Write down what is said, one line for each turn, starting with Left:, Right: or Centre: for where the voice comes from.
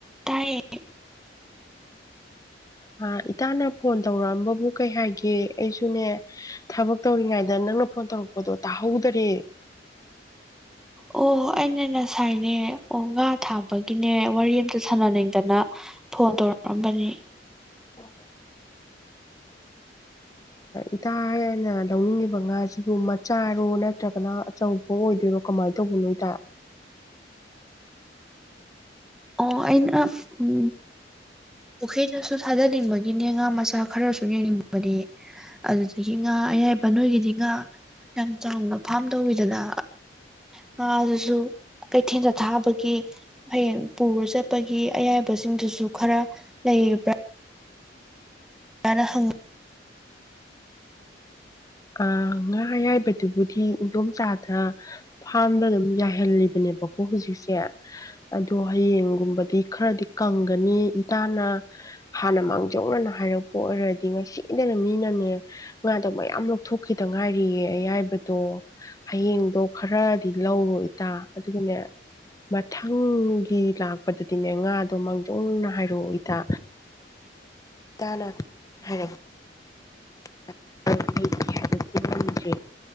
Centre: ꯇꯥꯏꯌꯦ
Left: ꯑ ꯏꯇꯥꯅ ꯐꯣꯟ ꯇꯧꯔꯛꯑꯝꯕꯕꯨ ꯀꯩ ꯍꯥꯏꯒꯦ ꯑꯩꯁꯨꯅꯦ ꯊꯕꯛ ꯇꯧꯔꯤꯉꯩꯗ ꯅꯪꯅ ꯐꯣꯟ ꯇꯧꯔꯛꯄꯗꯣ ꯇꯥꯍꯧꯗꯔꯦ
Centre: ꯑꯣ ꯑꯩꯅ ꯉꯁꯥꯏꯅꯦ ꯑꯣ ꯉꯥ ꯊꯥꯕꯒꯤꯅꯦ ꯋꯥꯔꯤ ꯑꯗꯨ ꯁꯥꯟꯅꯅꯤꯡꯗꯅ ꯐꯣꯟ ꯇꯧꯔꯛꯑꯝꯕꯅꯤ
Left: ꯑꯣ ꯏꯇꯥ ꯍꯥꯏꯅ ꯂꯧꯅꯤꯡꯉꯤꯕ ꯉꯥꯁꯤꯕꯨ ꯃꯆꯥꯔꯣ ꯅꯠꯇ꯭ꯔꯒꯅ ꯑꯆꯧꯕ ꯑꯣꯏꯗꯣꯏꯔꯣ ꯀꯃꯥꯏꯅ ꯇꯧꯕꯅꯣ ꯏꯇꯥ
Centre: ꯑꯣ ꯑꯩꯅ ꯎꯝ ꯄꯨꯈ꯭ꯔꯤꯗꯁꯨ ꯊꯥꯖꯅꯤꯡꯕꯒꯤꯅꯦ ꯑꯉꯥ ꯃꯆꯥ ꯈꯔꯁꯨ ꯌꯦꯡꯅꯤꯡꯕꯗꯤ ꯑꯗꯨꯗꯒꯤ ꯉꯥ ꯑꯌꯥꯏꯕ ꯅꯣꯏꯒꯤꯗꯤ ꯉꯥ ꯌꯥꯝ ꯆꯥꯎꯅ ꯐꯥꯝ ꯇꯧꯈꯤꯗꯅ ꯉꯥ ꯑꯗꯨꯁꯨ ꯀꯩꯊꯦꯜꯗ ꯊꯥꯕꯒꯤ ꯍꯌꯦꯡ ꯄꯨꯔ ꯆꯠꯄꯒꯤ ꯑꯌꯥꯕꯁꯤꯡꯗꯨꯁꯨ ꯈꯔ ꯂꯩꯕ꯭ꯔꯥ ꯌꯥꯅ ꯍꯪꯉ
Left: ꯑ ꯉꯥ ꯑꯌꯥꯏꯕꯗꯨꯕꯨꯗꯤ ꯏꯗꯣꯝꯆꯥꯥꯗ ꯐꯥꯝꯗ ꯑꯗꯨꯝ ꯌꯥꯏꯍꯜꯂꯤꯕꯅꯦꯕꯀꯣ ꯍꯧꯖꯤꯛꯁꯦ ꯑꯗꯣ ꯍꯌꯦꯡꯒꯨꯝꯕꯗꯤ ꯈꯔꯗꯤ ꯀꯪꯒꯅꯤ ꯏꯇꯥꯅ ꯍꯥꯟꯅ ꯃꯥꯡꯖꯧꯅꯅ ꯍꯥꯏꯔꯛꯄ ꯑꯣꯏꯔꯗꯤ ꯉꯁꯤꯗꯅ ꯃꯤꯅꯅꯦ ꯉꯥꯗꯣ ꯃꯌꯥꯝ ꯊꯣꯛꯈꯤꯇꯪ ꯉꯥꯏꯔꯤꯌꯦ ꯑꯩꯌꯥꯏꯕꯗꯣ ꯍꯌꯦꯡꯗꯣ ꯈꯔꯗꯤ ꯂꯧꯔꯣ ꯏꯇꯥ ꯑꯗꯨꯒꯅꯦ ꯃꯊꯪꯒꯤ ꯂꯥꯛꯄꯗꯗꯤꯅꯦ ꯉꯥꯗꯣ ꯃꯥꯡꯖꯧꯅꯅ ꯍꯥꯏꯔꯛꯑꯣ ꯏꯇꯥ ꯏꯇꯥꯅ ꯍꯥꯏ <unintelligible>